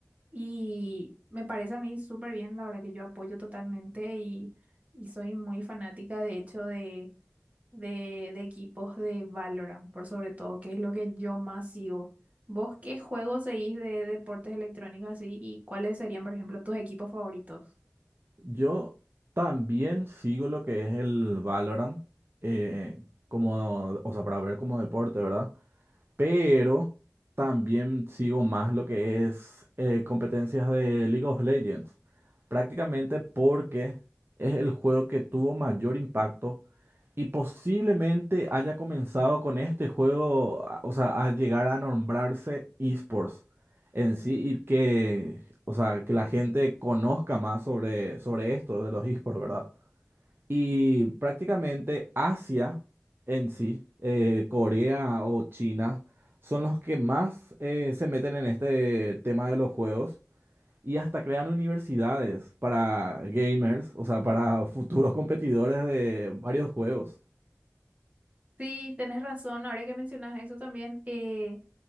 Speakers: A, on the right; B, on the right.
A: Y me parece a mí súper bien, la verdad que yo apoyo totalmente y, y soy muy fanática, de hecho, de, de, de equipos de Valorant, por sobre todo, que es lo que yo más sigo. ¿Vos qué juegos seguís de deportes electrónicos así y cuáles serían, por ejemplo, tus equipos favoritos?
B: Yo también sigo lo que es el Valorant, eh, como, o sea, para ver como deporte, ¿verdad? pero también sigo más lo que es eh, competencias de League of Legends, prácticamente porque es el juego que tuvo mayor impacto y posiblemente haya comenzado con este juego, a- o sea, a llegar a nombrarse esports en sí y que, o sea, que la gente conozca más sobre, sobre esto de los esports, ¿verdad? Y prácticamente Asia en sí, eh, Corea o China, son los que más eh, se meten en este tema de los juegos y hasta crean universidades para gamers, o sea, para <laughs> futuros competidores de varios juegos.
A: Sí, tenés razón, ahora que mencionas eso también, eh,